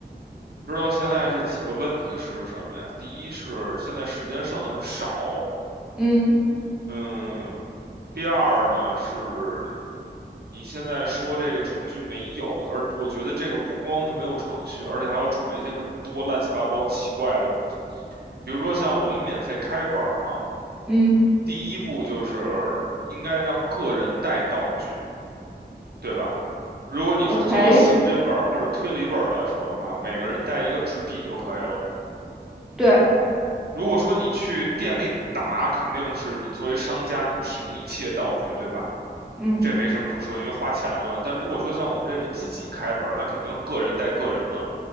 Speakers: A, on the right; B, in the centre.
A: 知道现在这几个问题是什么呀？第一是现在时间剩的很少，
B: 嗯
A: 嗯，第二呢是你现在说这个程序没有，而我觉得这个不光是没有程序，而且还要准备一些很多乱七八糟奇怪的东西，比如说像我们免费开本儿哈，
B: 嗯
A: 第一步就是应该让个人带道具，对吧？如果你是做刑侦本儿或者推理本儿来说的话，
B: ，OK，
A: 每个人带一个纸笔就可以了。
B: 对，
A: 如果说你去店里打，肯定是你作为商家，你提供一切道具，对吧？
B: 嗯
A: 这没什么可说，因为花钱了。但如果说像我们这种自己开本儿，那肯定是个人带个人的，